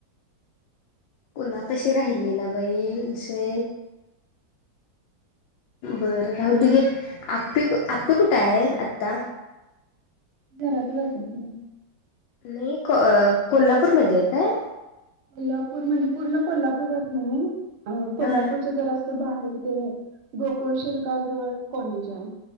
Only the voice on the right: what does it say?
घरातच असेल की
कोल्हापूर म्हणजे पूर्ण कोल्हापूरात नाही कोल्हापूरचे
जरा आ बाहेर ते गोकुळ शिरगाव जवळ कॉलेज आहे